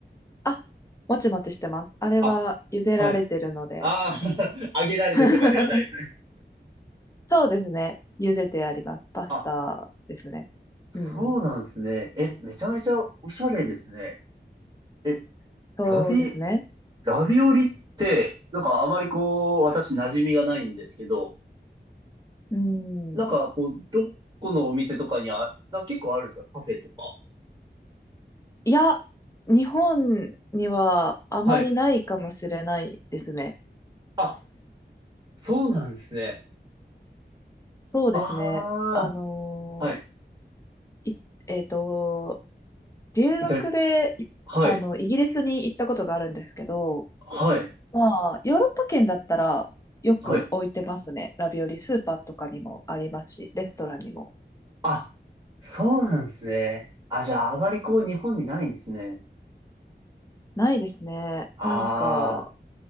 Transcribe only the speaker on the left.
あ、もちもちしてます。あれは茹でられてるので。
<laughs> そうですね。茹でてあります。パスタですね。
うんうん。
そうですね。
うん。
いや、日本にはあまりないかもしれないですね。
そうですね。
あの
ーいえっと、留学で、
いあの、
イギリスに行ったことがあるんですけど、
まあ、ヨーロッパ圏だったらよく置いてますね。
ラビオリスーパーとかにもありますし、レストランにも。
ないですね。
なんか、